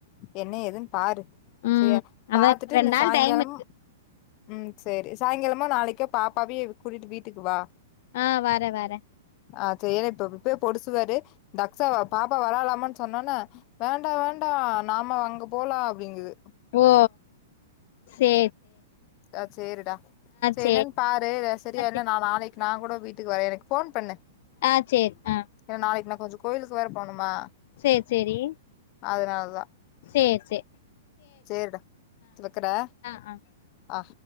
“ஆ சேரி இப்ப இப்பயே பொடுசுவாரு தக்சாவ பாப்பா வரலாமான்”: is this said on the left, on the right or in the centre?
Left